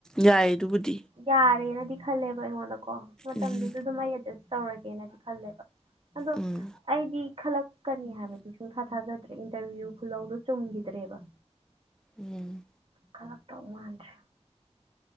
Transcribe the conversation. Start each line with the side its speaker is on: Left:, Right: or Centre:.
Centre: ꯌꯥꯏꯌꯦ ꯑꯗꯨꯕꯨꯗꯤ
Right: ꯌꯥꯔꯦꯅ ꯗꯤꯈꯜꯦꯕꯕꯥ ꯏ ꯀꯣ ꯃꯇꯝꯗꯨꯁꯨ
Centre: ꯎꯝ
Right: ꯑꯗꯨꯝ ꯑꯩ ꯑꯦꯗꯖꯁ ꯇꯧꯔꯒꯦꯅꯗꯤ ꯈꯜꯂꯦ ꯑꯗꯣ
Centre: ꯎꯝ
Right: ꯑꯩꯗꯤ ꯈꯜꯛ ꯆꯀꯅꯤ ꯍꯥꯏꯕꯗꯨ ꯁꯨꯡꯊꯥ ꯊꯥꯖꯗ ꯏꯟꯇꯔꯚꯤꯌꯨ ꯂꯧꯗꯣ ꯆꯣꯡꯈꯤꯗ꯭ꯔꯦꯕ
Centre: ꯎꯝ
Right: ꯀꯔꯞ ꯇꯞ ꯃꯥꯟ꯭ꯔꯦ